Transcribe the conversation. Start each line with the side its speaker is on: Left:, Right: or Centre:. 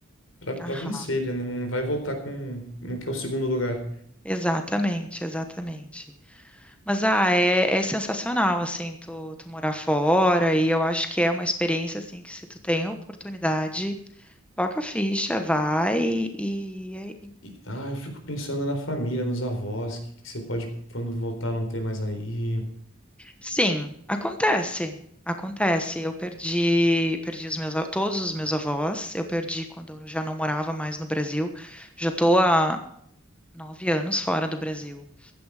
Left: pra pra
Centre: aham,
Left: vencer. Ele não vai voltar com, não quer o segundo lugar.
Centre: exatamente, exatamente. Mas, ah, é, é sensacional, assim, tu, tu morar fora, e eu acho que é uma experiência, assim, que se tu tem a oportunidade... Toca a ficha, vai e,
Left: E, ah, eu fico pensando na família, nos avós, que, que você pode, quando voltar, não ter mais aí.
Centre: Sim, acontece. Acontece. Eu perdi, perdi os meus, a- todos os meus avós. Eu perdi quando eu já não morava mais no Brasil. Já estou há nove anos fora do Brasil.